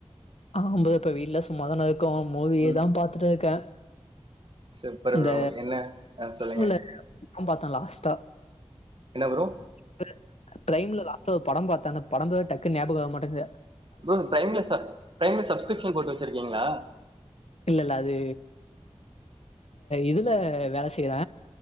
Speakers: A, on the left; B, on the right.
A: ஆ ப்ரோ இப்ப வீட்ல சும்மாதானே இருக்கோ மூவியேதா
B: ம்
A: பாத்துட்டு இருக்கே
B: சூப்பர்
A: இந்த
B: ப்ரோ என்ன ஆ சொல்லுங்க
A: <unintelligible> பாத்தே லாஸ்டா
B: என்ன ப்ரோ
A: <unintelligible> ப்ரைம்ல லாஸ்ட்ல ஒரு படம் பாத்தா அந்த படம் பேரு டக்குனு ஞாபகம் வர மாட்டேங்கது
B: ப்ரோ பிரைம்ல சப் பிரைம்ல சப்ஸ்கிரிப்ஷன் போட்டு வெச்சிருக்கீங்ளா
A: இல்லல்ல அது இதுல வேல செய்யிற